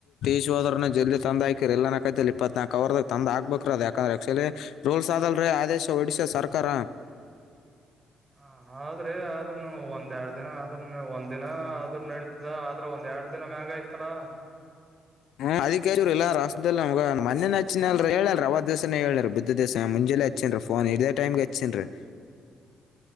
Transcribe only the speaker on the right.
ಹ ಆದ್ರೆ ಆದ್ರನು ಒಂದ್ ಎರಡ್ ದಿನ ಆದ್ರೂನು ಒಂದಿನ ಆದ್ರು ನಡಿತದ ಆದ್ರೆ ಒಂದ್ ಎರಡ್ ದಿನ ಮ್ಯಾಗ್ ಆಯ್ತಲ್ಲ.